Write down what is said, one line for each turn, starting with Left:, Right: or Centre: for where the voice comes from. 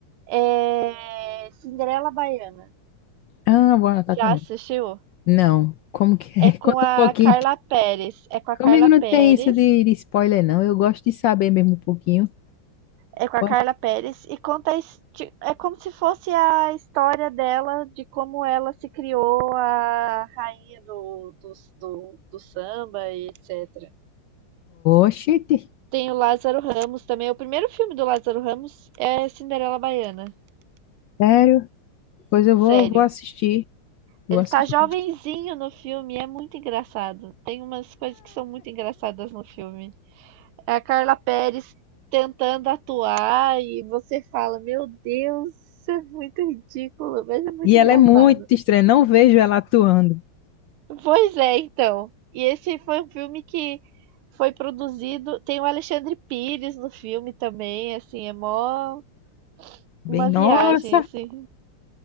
Right: é Cinderela Baiana.
Left: Ah, vou anotar
Right: Já
Left: também.
Right: assistiu?
Left: Não, como que é?
Right: É com
Left: <laughs> Conta
Right: a
Left: um pouquinho.
Right: Carla Pérez. É com a
Left: Comigo
Right: Carla
Left: não
Right: Pérez.
Left: tem isso de, de spoiler, não. Eu gosto de saber mesmo um pouquinho.
Right: É com
Left: Pode-
Right: a Carla Pérez e conta a his- ti- é como se fosse a história dela de como ela se criou a rainha do, do, do, do samba e etc.
Left: Oxente,
Right: Tem o Lázaro Ramos também. O primeiro filme do Lázaro Ramos é Cinderela Baiana.
Left: sério? Pois eu vou,
Right: Sério.
Left: vou assistir. Vou
Right: Ele
Left: assistir.
Right: tá jovenzinho no filme, é muito engraçado. Tem umas coisas que são muito engraçadas no filme. É a Carla Perez tentando atuar e você fala: Meu Deus, isso é muito ridículo, mas é muito
Left: E ela
Right: engraçado.
Left: é muito estranha, não vejo ela atuando.
Right: Pois é, então. E esse foi um filme que foi produzido. Tem o Alexandre Pires no filme também, assim, é mó
Left: Bem,
Right: uma
Left: nossa,
Right: viagem, assim.